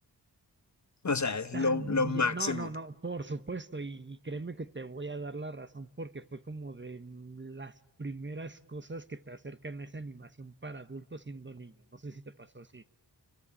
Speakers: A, on the left (about 40°); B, on the right (about 25°).
A: o sea, es
B: También,
A: lo, lo máximo
B: no, no, no, por supuesto, y, y créeme que te voy a dar la razón porque fue como de mm, las primeras cosas que te acercan a esa animación para adultos siendo niño. No sé si te pasó así.